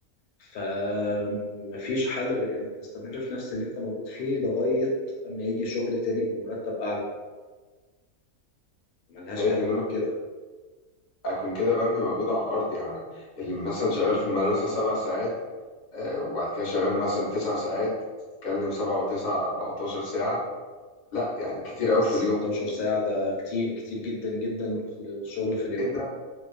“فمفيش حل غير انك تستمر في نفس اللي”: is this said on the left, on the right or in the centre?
Left